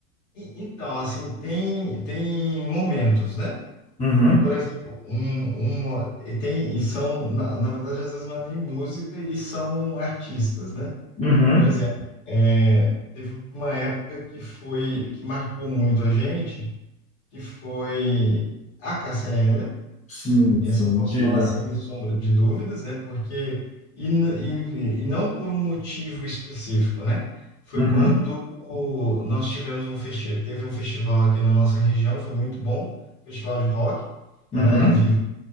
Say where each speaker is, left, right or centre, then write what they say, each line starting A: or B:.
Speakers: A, on the left (about 50°); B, on the left (about 15°).
A: E- Então, assim, tem, tem momentos, né?
B: Uhum,
A: Então, por exemplo, um, um, e tem, e são, na, na verdade, às vezes não é nem música e são artistas, né?
B: uhum,
A: Por exemplo, é, teve uma época que foi, que marcou muito a gente, que foi a Cássia Eller,
B: Sim,
A: essa
B: sim,
A: eu posso
B: diga.
A: falar sem sombra de dúvidas, né? Porque, e, n- e, e não por um motivo específico, né? Foi
B: uhum,
A: quando o- nós tivemos um festival, teve um festival aqui na nossa região, foi muito bom, festival de rock,
B: uhum,
A: ela era <laughs> viva.